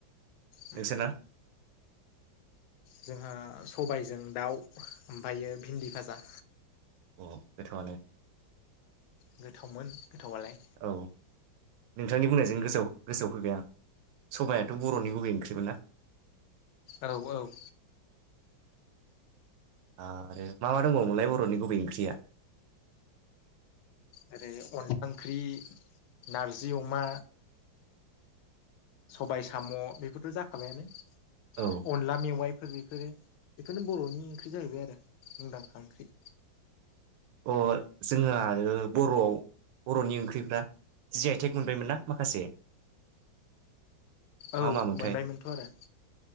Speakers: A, on the left (about 90°); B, on the right (about 75°).
A: उम
B: नोंसोर ना?
A: जोंहा सबाइजों दाउ ओमफ्रायो भिन्दि भाजा।
B: अ गोथावानो।
A: गोथावमोन गोथावालाय।
B: औ नोंथांनि बुंनायजों गोसोआव-गोसोआव फैबाय आं सबाइयाथ' बर'नि गुबै ओंख्रिमोन ना?
A: औ औ।
B: आरो मा मा दंबावोमोनलाय बर'नि गुबै ओंख्रिया।
A: ओरै अनला ओंख्रि नारजि अमा। सबाय साम' बेफोरथ' जाखाबायानो।
B: औ
A: अनला मेवाइ। बेफोर बेफोरो। बेफोरनो बर'नि ओंख्रि जाहैबाय आरो। मुंदांखा ओख्रि।
B: अ जोंहा आरो बर'आव बर'नि ओंख्रिफ्रा जि आइथेक मोनबायमोन ना माखासे।
A: औ
B: मा मामोनथाय
A: मोनबायमोनथ' आरो